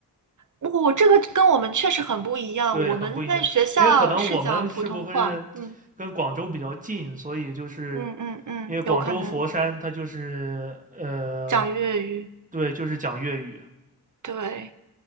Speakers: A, on the right; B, on the right.
A: 我、这个跟我们确实很不一样。
B: 对，
A: 我们在学校是讲普通话，
B: 很不一样。因为可能我们是不会是跟广州比较近，
A: 嗯
B: 所以就是
A: 嗯嗯嗯，
B: 因为广州佛山它就是呃，
A: 有可能讲粤语。
B: 对，就是讲粤语，
A: 对